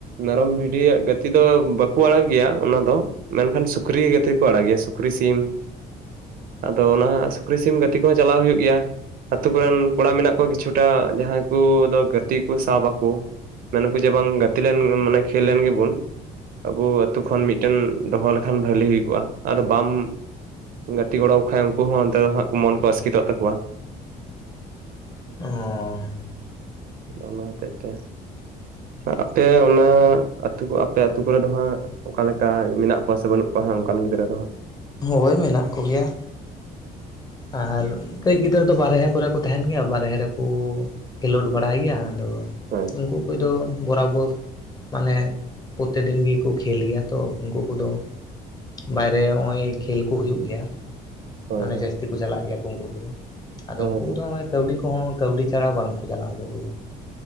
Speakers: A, on the right; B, on the left.
A: ᱢᱮᱨᱚᱢ ᱵᱷᱤᱰᱤᱭᱟᱜ ᱜᱟᱹᱛᱤ ᱫᱚ ᱵᱟᱠᱚ ᱟᱲᱟᱜ ᱜᱮᱭᱟ ᱚᱱᱟ ᱫᱚ ᱾ ᱢᱮᱱᱠᱷᱟᱱ ᱥᱩᱠᱨᱤ ᱜᱟᱹᱛᱤ ᱠᱚ ᱟᱲᱟᱜ ᱜᱮᱭᱟ ᱥᱩᱠᱨᱤ ᱥᱤᱢ <inaudible> ᱟᱫᱚ ᱚᱱᱟ ᱦᱟᱜ ᱥᱩᱠᱨᱤ ᱥᱤᱢ ᱜᱟᱹᱛᱤ ᱠᱚᱦᱚᱸ ᱪᱟᱞᱟᱣ ᱦᱩᱭᱩᱜ ᱜᱮᱭᱟ ᱾ ᱟᱛᱩ ᱠᱚᱨᱮᱱ ᱠᱚᱲᱟ ᱢᱮᱱᱟᱜ ᱠᱚᱣᱟ ᱠᱤᱪᱷᱩᱴᱟᱜ ᱡᱟᱦᱟᱸᱭ ᱠᱚ ᱫᱚ ᱜᱟᱹᱛᱤ ᱠᱩ ᱥᱟᱣ ᱵᱟᱠᱚ ᱢᱮᱱ ᱟᱠᱚ ᱡᱮ ᱵᱟᱝ ᱜᱟᱛᱤ ᱞᱮᱱ ᱢᱟᱱᱮ ᱠᱷᱮᱞ ᱞᱮᱱ ᱜᱮᱵᱚᱱ ᱾ ᱟᱵᱚ ᱟᱛᱹᱩ ᱠᱷᱚᱱ ᱢᱤᱫᱴᱮᱱ ᱫᱚᱦᱚ ᱞᱮᱠᱷᱟᱱ ᱵᱷᱟᱞᱤ ᱦᱩᱭ ᱠᱚᱜ-ᱟ ᱾ ᱟᱫᱚ ᱵᱟᱢ ᱜᱟᱛᱤ ᱜᱚᱲᱚ ᱟᱠᱚ ᱠᱷᱟᱱ ᱩᱱᱠᱩ ᱦᱚᱸ ᱚᱱᱛᱮ ᱫᱚ ᱦᱟᱸᱜ ᱢᱚᱱ ᱠᱚ ᱟᱥᱠᱮᱛᱚᱜ ᱛᱟᱠᱚᱣᱟ ᱾ <inaudible>
B: ᱚᱸᱻ
A: ᱚᱱᱟ ᱦᱚᱛᱮᱜ ᱛᱮ ᱟᱯᱮ ᱚᱱᱟ ᱟᱹᱛᱩ ᱠᱚ ᱟᱯᱮ ᱟᱹᱛᱩ ᱠᱚᱨᱮ ᱫᱚ ᱦᱟᱸᱜ ᱚᱠᱟ ᱞᱮᱠᱟ ᱢᱮᱱᱟᱜ ᱠᱚᱣᱟ ᱥᱮ ᱵᱟᱹᱱᱩᱜ ᱠᱚᱣᱟ ᱦᱟᱸᱜ ᱚᱱᱠᱟᱱ ᱜᱤᱫᱽᱨᱟᱹ ᱫᱚ ᱦᱟᱸᱜ ᱾
B: ᱦᱳᱭ ᱢᱮᱱᱟᱜ ᱠᱚ ᱜᱮᱭᱟ ᱾ ᱟᱨ ᱠᱟᱹᱡ ᱜᱤᱫᱽᱨᱟᱹ ᱫᱚ ᱵᱟᱨᱦᱮ ᱠᱚᱨᱮ ᱠᱚ ᱛᱟᱦᱮᱱ ᱜᱮᱭᱟ, ᱵᱟᱨᱦᱮ ᱨᱮᱠᱚ ᱠᱷᱮᱞᱳᱰ ᱵᱟᱲᱟᱭ ᱜᱮᱭᱟ ᱾ ᱟᱫᱚ
A: ᱦᱳᱭ
B: ᱩᱱᱠᱩ ᱠᱚᱫᱚ ᱵᱚᱨᱟᱵᱚᱨ ᱢᱟᱱᱮ ᱯᱨᱚᱛᱛᱮᱠ ᱫᱤᱱ ᱜᱮᱠᱚ ᱠᱷᱮᱞ ᱜᱮᱭᱟ ᱛᱚ ᱩᱱᱠᱩ ᱠᱚᱫᱚ ᱵᱟᱭᱨᱮ ᱱᱚᱜ-ᱚᱭ ᱠᱷᱮᱞ ᱠᱩ ᱦᱩᱭᱩᱜ ᱜᱮᱭᱟ ᱾
A: ᱦᱳᱭ
B: ᱢᱟᱱᱮ
A: ᱦᱳᱭ
B: ᱡᱟᱹᱥᱛᱤ ᱠᱚ ᱪᱟᱞᱟᱜ ᱜᱮᱭᱟ ᱠᱚ ᱩᱱᱠᱩ ᱠᱚᱫᱚ ᱾ <inaudible> ᱟᱫᱚ
A: ᱦᱳᱭ
B: ᱩᱱᱠᱩ
A: ᱦᱳᱭ
B: ᱠᱚᱫᱚ ᱱᱚᱸᱜ-ᱚᱭ ᱠᱟᱹᱣᱰᱤ ᱠᱚᱦᱚᱸ ᱠᱟᱹᱣᱰᱤ ᱪᱷᱟᱲᱟ ᱵᱟᱝᱠᱚ ᱪᱟᱞᱟᱜ-ᱟ ᱩᱱᱠᱩ ᱠᱚᱫᱚ ᱾